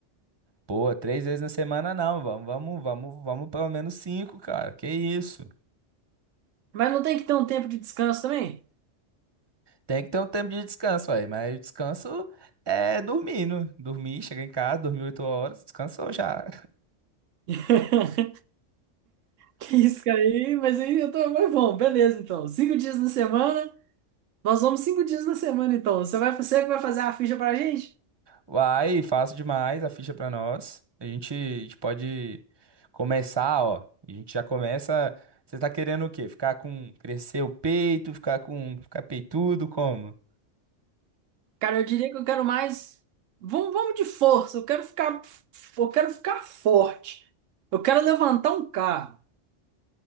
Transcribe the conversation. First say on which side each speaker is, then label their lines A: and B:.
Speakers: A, on the right; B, on the right.
A: Pô, três vezes na semana não, vamos, vamos, vamos, vamos pelo menos cinco, cara. Que isso?
B: Mas não tem que ter um tempo de descanso também?
A: Tem que ter um tempo de descanso aí, mas o descanso é dormindo. Dormir, chegar em casa, dormir 8 horas, descansou já.
B: <laughs> Que isso, cara. Aí, mas aí eu tô. Mas bom, beleza, então. Cinco dias na semana. Nós vamos cinco dias na semana, então. Você vai, você que vai fazer a ficha pra gente?
A: Vai, fácil demais a ficha pra nós. A gente, a gente pode começar, ó. A gente já começa. Você tá querendo o quê? Ficar com. Crescer o peito, ficar com. Ficar peitudo, como?
B: Cara, eu diria que eu quero mais. Vamos, vamos de força. Eu quero ficar, eu quero ficar forte. Eu quero levantar um carro.